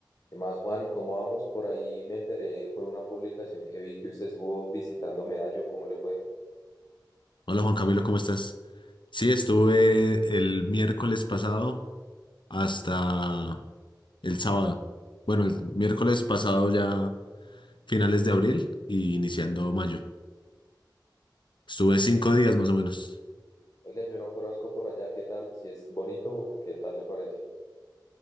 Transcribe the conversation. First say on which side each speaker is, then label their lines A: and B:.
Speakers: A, on the left; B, on the left.
A: ¿Qué más, Juan? ¿Cómo vamos? Por ahí me enteré por una publicación que vi que usted estuvo visitando Medallo. ¿Cómo le fue?
B: Hola Juan Camilo, ¿cómo estás? Sí, estuve el miércoles pasado hasta el sábado. Bueno, el miércoles pasado ya finales de abril y iniciando mayo. Estuve
A: Bueno,
B: cinco días más o menos.
A: Oiga, yo no conozco por allá. ¿Qué tal? Si es bonito, ¿qué tal le pareció?